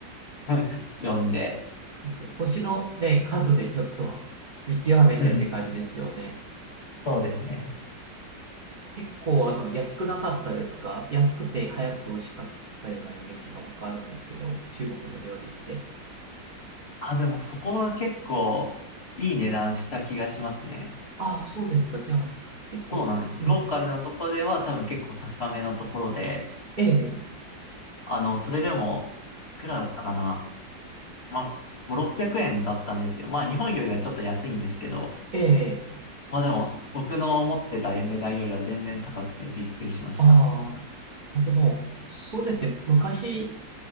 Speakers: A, on the left (about 50°); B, on the right (about 80°).
A: <laughs> 読んで。
B: そうそう。星のね、数でちょっと <laughs> 見極めてって感じですよね。
A: うん。そうですね。
B: 結構あの、安くなかったですか安くて早くて美味しかったようなイメージが僕あるんですけど、中国の料理って。
A: あ、でもそこは結構いい値段した気がしますね。
B: ああ、そうですか。じゃあ、結構、
A: そうなんです。ローカルなとこでは多分結構高めのところで、
B: うんうん、ええ、
A: あの、それでも、いくらだったかな。まあ、5、600円だったんですよ。まあ、日本よりはちょっと安いんですけど、
B: ええ、
A: まあでも、僕の思ってた値段よりは全然高くてびっくりしました。
B: あーあ、でも、そうですね。昔